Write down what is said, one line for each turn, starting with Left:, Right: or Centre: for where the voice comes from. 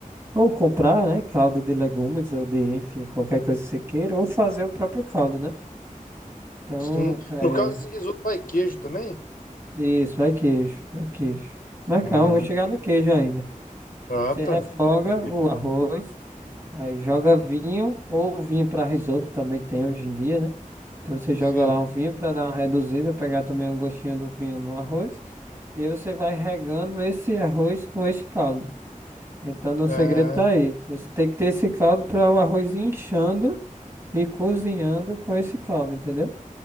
Right: ou comprar, né, caldo de legumes ou de, enfim, qualquer coisa que você queira, ou fazer o próprio caldo, né? Então,
Left: sim.
Right: é
Left: No caso, esse risoto vai queijo também?
Right: isso, vai queijo, vai queijo. Mas
Left: Hum,
Right: calma, vou chegar no queijo ainda.
Left: ah,
Right: Você
Left: tá.
Right: refoga
Left: <laughs>
Right: o arroz, aí joga vinho ou vinho para risoto também tem hoje em dia, né? Então você joga
Left: Sim.
Right: lá um vinho para dar uma reduzida, pegar também um gostinho do vinho no arroz. E você vai regando esse arroz com esse caldo. Então, o
Left: Ah,
Right: segredo tá aí. Você tem que ter esse caldo para o arroz ir inchando e cozinhando com esse caldo, entendeu?